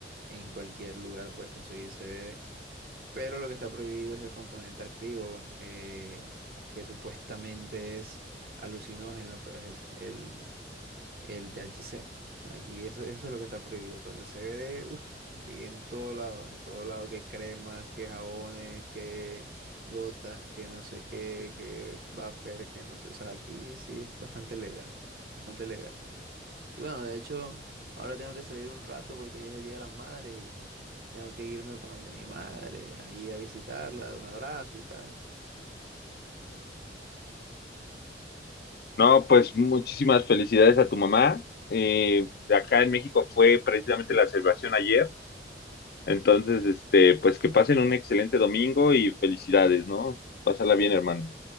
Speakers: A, on the right; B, on the left.
A: en cualquier lugar puedes conseguir CBD. Pero lo que está prohibido es el componente activo, eh, que supuestamente es alucinógeno, pero es el, el, el THC. Aquí eso, eso es lo que está prohibido, pero el CBD, uff, aquí en todo lado, en todo lado, que cremas, que jabones, que gotas, que no sé qué, que vapor, que no sé, o sea, aquí sí es bastante legal, bastante legal. Y bueno, de hecho, ahora tengo que salir un rato porque hoy es el Día de las Madres tengo que irme para donde mi madre, ahí a visitarla, dar un abrazo y tal.
B: No, pues muchísimas felicidades a tu mamá. Eh, acá en México fue precisamente la celebración ayer. Entonces, este, pues que pasen un excelente domingo y felicidades, ¿no? Pásala bien, hermano.